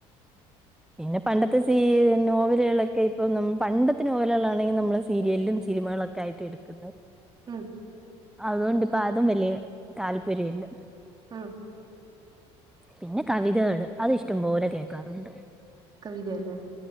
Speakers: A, in the centre; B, on the right (about 35°).
A: പിന്നെ പണ്ടത്തെ സി നോവലുകളൊക്കെ ഇപ്പൊ പണ്ടത്തെ നോവലുകളൾാണെങ്കിൽ നമ്മൾ സീരിയലും സിനിമകളൊക്കെ ആയിട്ട് എടുക്കുന്നു
B: ഉം
A: അഅ്ഉം വല്ല്യഅതും
B: ഉം
A: വലിയ താല്പര്യ ഇല്ല
B: ആഹ
A: പിന്നെ കവിതകള് അത് ഇഷ്ടംപോലെ കേക്കാറുണ്ട്
B: കവിതയല്ലേ